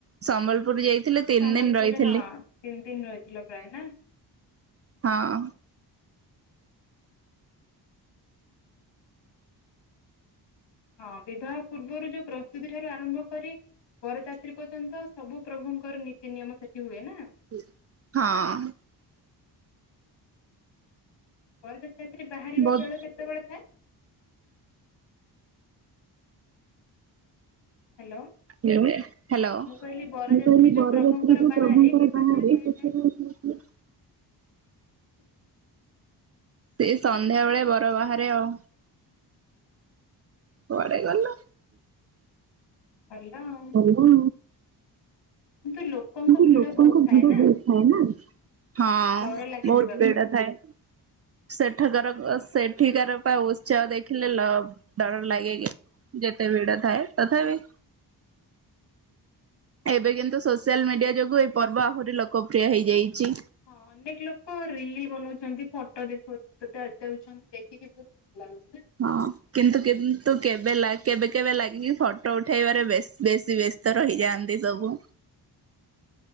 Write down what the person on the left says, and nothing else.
ତମେ
ସମ୍ବଲପୁରରେ
ହଁ ତିନି ଦିନ ରହିଥିଲ ପ୍ରାୟ ନା ହ।
ହଁ ବିବାହ ପୂର୍ବରୁ ଯୋଉ ପ୍ରସ୍ତୁତି ଠାରୁ ଆରମ୍ଭ କରି ବରଯାତ୍ରୀ ପର୍ଯ୍ୟନ୍ତ ସବୁ ପ୍ରଭୁଙ୍କର ନୀତି ନିୟମ ସେଠି ହୁଏ ନା।
ବତ ସେଥିରେ ବାହାରିବା
ବେଳ କେତେବେଳେ ଥାଏ। ହ୍ୟାଲୋ।
କହିଲି ବରଯାତ୍ରୀ
ଯୋଉ
ପ୍ରଭୁଙ୍କର
ବାହାରେ
କେତେବେଳେ
ଥାଏ
ଟାଇମ୍? <inaudible>
ଭଲ ଆଉ
କିନ୍ତୁ ଲୋକଙ୍କ
ଭିଡ
ବହୁତ ଥାଏ
ନା
ଡର ଲାଗେ
ଯିବା
ପାଇଁ।
ହଁ ଅନେକ ଲୋକ ରିଲ ବନଉଛନ୍ତି ଫଟୋ ଦେଖ ଦେଉଛନ୍ତି ଦେଖିକି ବହୁତ ଖୁସି ଲାଗୁଚି।